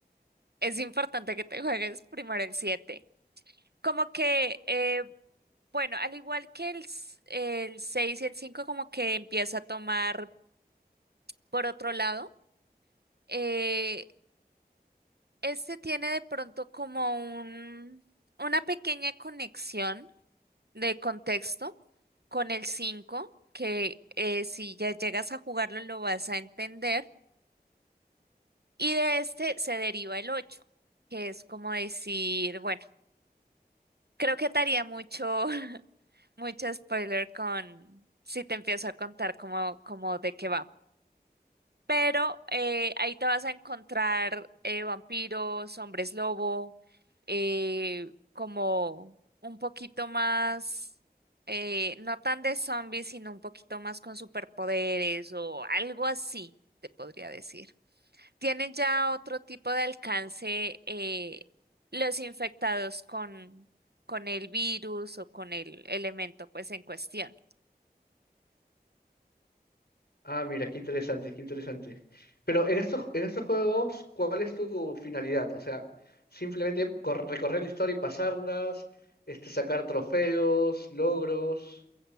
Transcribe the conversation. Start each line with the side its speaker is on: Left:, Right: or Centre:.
Right: es importante que te juegues primero el 7. Como que, eh, bueno, al igual que el, s- el 6 y el 5, como que empieza a tomar por otro lado, eh, este tiene de pronto como un, una pequeña conexión de contexto con el 5, que eh, si ya llegas a jugarlo lo vas a entender Y de este se deriva el 8, que es como decir, bueno, creo que te haría mucho, <laughs> mucho spoiler con si te empiezo a contar cómo, cómo de qué va. Pero eh, ahí te vas a encontrar eh, vampiros, hombres lobo, eh, como un poquito más, eh, no tan de zombies, sino un poquito más con superpoderes o algo así, te podría decir. Tienen ya otro tipo de alcance eh, los infectados con, con el virus o con el elemento pues en cuestión.
Left: Ah, mira, qué interesante, qué interesante. Pero en estos, en estos juegos, ¿cuál es tu finalidad? O sea, simplemente cor- recorrer la historia y pasarlas, este, sacar trofeos, logros.